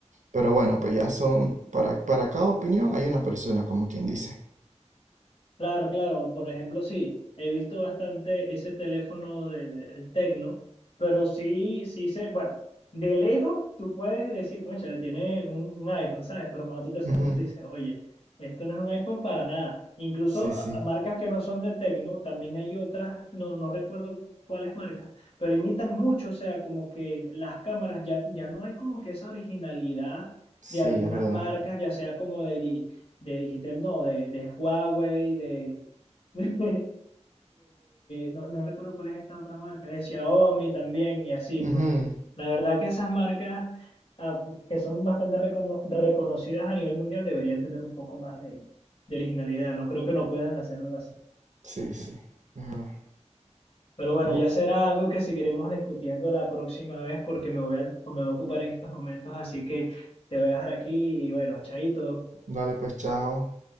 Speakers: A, on the right; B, on the left.
A: Pero bueno, pues ya son, para, para cada opinión hay una persona, como quien dice.
B: Claro, claro. Por ejemplo, sí, he visto bastante ese teléfono del de, el Tecno, pero sí, sí se, bueno, de lejos tú puedes decir, bueno, le tiene un, un iPhone, ¿sabes? Pero cuando tú te acercas,
A: Ujú.
B: tú dices, oye, esto no es un iPhone para nada. Incluso
A: Sí,
B: a-
A: sí,
B: a marcas que no son de Tecno, también hay otras, no, no recuerdo cuáles marcas, pero imitan mucho, o sea, como que las cámaras ya, ya no hay como que esa originalidad
A: sí,
B: de algunas
A: es verdad.
B: marcas, ya sea como de, di- de Digitel, no, de, de Huawei, de, <laughs> de, no, no recuerdo cuál es esta otra marca, de Xiaomi también y así,
A: Ujú.
B: pues. La verdad que esas marcas ah, que son bastante recono- reconocidas a nivel mundial deberían tener un poco más de, de originalidad. No creo que no puedan hacer algo así.
A: Sí, sí, es verdad.
B: Pero bueno,
A: Bu-
B: ya será algo que seguiremos discutiendo la próxima vez porque me voy a, me voy a ocupar en estos momentos, así que te voy a dejar aquí y bueno, chaito.
A: Dale pues, chao.